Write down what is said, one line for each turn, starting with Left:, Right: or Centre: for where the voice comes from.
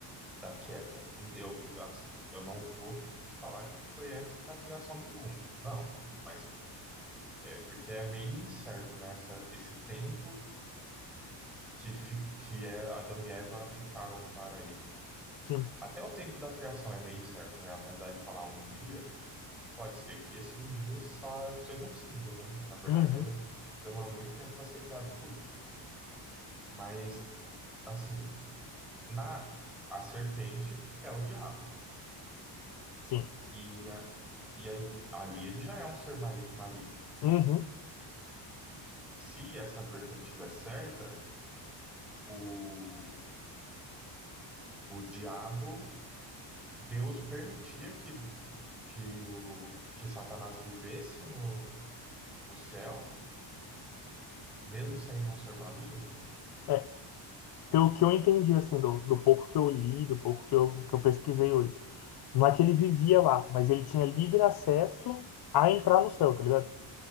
Centre: da queda? Eu assim, eu não vou te falar que foi antes da criação do mundo. Não, mas é porque é meio incerto nessa esse tempo que fi, que é Adão e Eva ficaram no paraíso, né?
Left: sim,
Centre: Até o tempo da criação é meio incerto, né? Apesar de falar um dia Pode ser que esse um dia só seja um símbolo, né? E na verdade
Left: uhum,
Centre: eu- demorou muito tempo para ser criado tudo. Mas assim, na a serpente é o diabo
Left: sim,
Centre: e, a- e e aí tipo, ali ele já é um ser ma- maligno.
Left: uhum.
Centre: E se essa vertente estiver certa, o, o diabo, Deus permitia que que o que Satanás vivesse no no céu, mesmo sendo um ser maligno.
Left: É, Pelo que eu entendi, assim, do, do pouco que eu li, do pouco que eu, que eu pesquisei hoje. Não é que ele vivia lá, mas ele tinha livre acesso a entrar no céu, tá ligado?